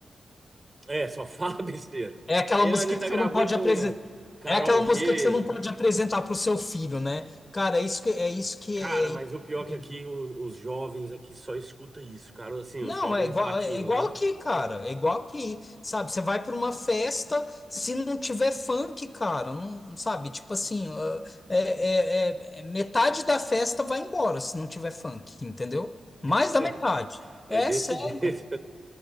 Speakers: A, on the right (about 30°); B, on the left (about 30°).
A: É, só fala <laughs> besteira.
B: É aquela
A: Aí
B: música
A: a Anitta
B: que você
A: gravou
B: não pode
A: com
B: apresentar.
A: Carol
B: É aquela música
A: G.
B: que você não pode apresentar para o seu filho, né? Cara, é isso que é isso que
A: Cara,
B: é isso
A: mas o pior é
B: que-
A: que aqui os, os jovens aqui só escuta isso, cara. Assim, os
B: Não,
A: jovens
B: é igual,
A: latinos,
B: é é igual
A: né?
B: aqui, cara. É igual aqui, sabe? Você vai para uma festa, se não tiver funk, cara, não sabe? Tipo assim, ah, é, é- é- é- metade da festa vai embora se não tiver funk, entendeu? Mais
A: <laughs>
B: da metade.
A: É
B: É
A: desse
B: sério,
A: <laughs> jeito.